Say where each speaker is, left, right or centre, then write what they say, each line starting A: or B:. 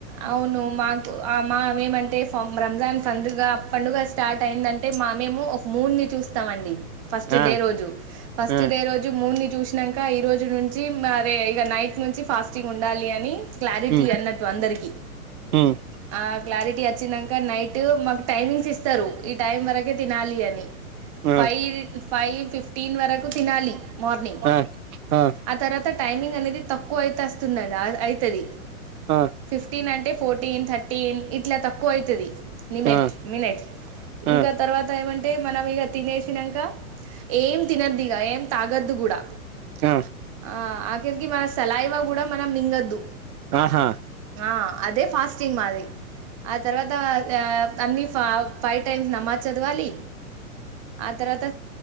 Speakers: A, on the right (about 25°); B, on the right (about 80°).
A: అవును మాకు ఆ మా మేమంటే ఫ రంజాన్ పండుగ పండుగ స్టార్ట్ అయిందంటే మా మేము ఒక మూన్ ని చూస్ స్తామండి ఫస్ట్
B: ఆ
A: డే రోజు ఫస్ట్
B: ఆ
A: డే రోజు మూన్ ని చూసినంక ఈ రోజు నుండి చి మరే ఇక నైట్ నుంచి ఫాస్టింగ్ ఉండాలి అని క్లారిటీ
B: ఉమ్
A: అన్నట్టు అందరికి
B: ఉమ్
A: ఆ క్లారిటీ అచినంక ఇంక నైట్ మాకు టైమింగ్స్ ఇస్తారు ఈ టైం వరకే తినాలి అని
B: ఆ
A: ఫైవ్ ఫైవ్ ఫిఫ్టీన్ వరకు తినాలి మార్నింగ్
B: ఆ ఆ
A: అ తర్వాత టైమింగ్ అనేది తక్కువ అయితే వస్తుంది అయితది
B: ఆ
A: ఫిఫ్టిన్ అంటె ఫోర్టీన్ థర్టీ ఏమ్ ఇట్ల ఎక్కువ అవుతుంది నిమ్మ
B: ఆ
A: మినెట్స్ ఇంకా
B: ఆ ఆ
A: తర్వాత ఏమంటే టే మనం ఇక తినేసినాక ఏం తినద్దు ఇక ఏం తాగద్దు కూడా
B: ఆ
A: ఆ ఆఖరికి మన సలైవ గూడా మనం మింగద్దు
B: ఆహ
A: ఆ అదే ఫాస్టింగ్ మాది ఆ తర్వతా తె తన్నిఫ ఫైవ్ టైమ్స్ నమాజ్ చదవాలి ఆ తర్వత